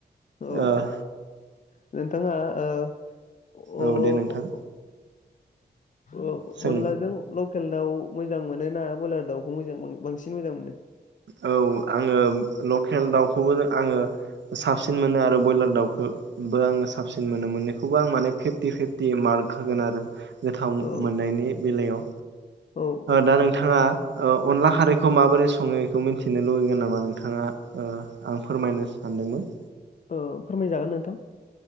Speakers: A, on the left; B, on the right.
A: औ
B: ओह
A: औ नोंथाङा ओ‌ह
B: औ
A: अ-अ
B: दे नोंथां
A: अ
B: सों
A: अनलाजों लकेल दाउ मोजां मोनो ना ब्रयलार दाउखौ मोजां बांसिन मोजां मोनो
B: औ आङो लकेल दाउखौबो आङो साबसिन मोनो आरो बयलार दाउखौबो आङो साबसिन मोनो मोननैखौबो आं माने फिफ्टि फिफ्टि मार्क होगोन आरो गोथाव
A: औ
B: मोननायनि बेलायाव
A: औ औ
B: दा नोंथाङा ओ अनला खारैखौ माबोरै सङो मिन्थिनो लुुगैगोन नामा नोंथाङा आं ओ फोरमायनो सानदोंमोन
A: ओ फोरमायजागोन नोंथां